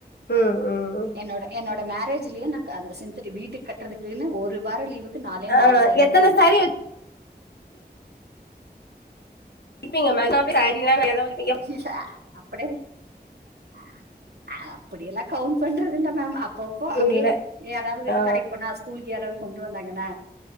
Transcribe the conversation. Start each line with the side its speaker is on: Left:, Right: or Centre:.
Left: ம் ம்
Right: என்னோட என்னோட மரேஜ்லயே நா க அந்த சிந்தடிக் வீ து கட்றக்குன்னு ஒரு வாரோ லீவுக்கு நாலே
Left: ஆ
Right: நாலு சரீதா
Left: எத்தன
Right: வாங்கிருக்க
Left: சாரீ இப்ப மேனாவே சரீ தா ஏதாவது
Right: ய அப்படி அ அ அப்படியெல்லா கவ்ண்ட் பண்றதுல்ல மம் அப்பப்போ அப்டியே
Left: இல்ல
Right: ஏதாவது
Left: ஆ
Right: கடைக்கு போனா ஸ்கூலுக்கு யாராவது கொண்டு வந்தாங்கன்னா